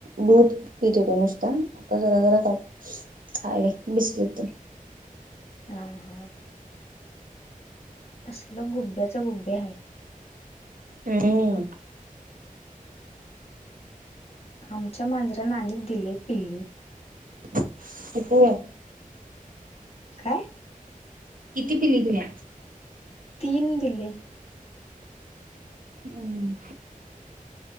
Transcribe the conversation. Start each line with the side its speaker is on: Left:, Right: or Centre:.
Right: दूध पित होत नुसता आता जरा जरा काय खायले बिस्किट तर
Left: हा हा. तसलं गुब्याचा गुब्या आहे.
Right: <unintelligible>
Left: आमच्या मांजरा नाणी दिले पिल्ली.
Right: किती व्हय?
Left: काय
Right: किती पिल्ली दिल्या?
Left: तीन दिले.
Right: हम्म.